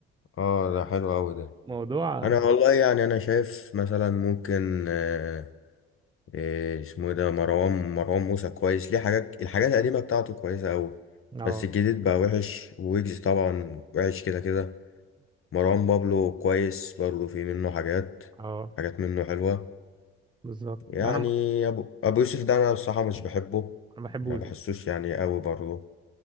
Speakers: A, on the left; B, on the right.
A: اه ده حلو قوي ده
B: <laughs> موضوع
A: انا والله يعني انا شايف مثلا ممكن آه، إيه اسمه إيه ده مروان مروان موسى كويس ليه حاجات الحاجات القديمه بتاعته كويسه قوي
B: اه
A: بس الجديد بقى وحش ويجز طبعا وحش كده كده مروان بابلو كويس برضه في منه حاجات
B: اه
A: حاجات منه حلوه
B: بالظبط
A: يعني
B: لا انا يعني
A: ابو ابو يوسف ده انا الصراحه مش بحبه
B: ما ما بحبوش
A: ما بحسوش
B: برضه.
A: يعني قوي برضه